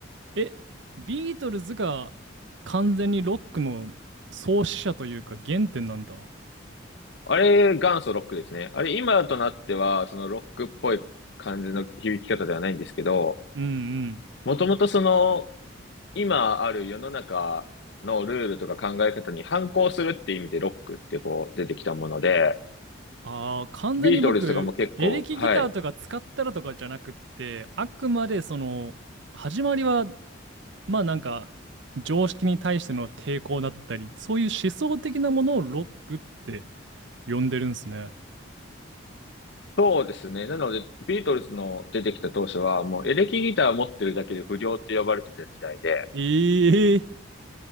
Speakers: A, on the right; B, on the left.
A: え、ビートルズが完全にロックの創始者というか原点なんだ。
B: あれ、元祖ロックですね。あれ、今となっては、そのロックっぽい感じの響き方ではないんですけど、
A: うんうん。
B: もともとその、今ある世の中のルールとか考え方に反抗するって意味でロックってこう出てきたもので、
A: ああ、完全に僕、
B: ビートルズとかも結構、
A: エレキギターとか使ったらとかじゃなくって、
B: はい。
A: あくまでその、始まりはまあなんか常識に対しての抵抗だったり、そういう思想的なものをロックって呼んでるんですね。
B: そうですね。なので、ビートルズの出てきた当初は、もうエレキギター持ってるだけで不良って呼ばれてた時代で、
A: ええ